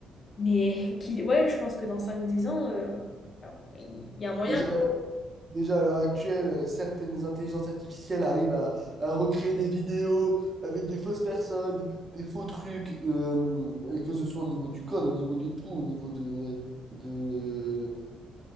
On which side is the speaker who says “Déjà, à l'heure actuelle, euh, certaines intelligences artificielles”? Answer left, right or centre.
Right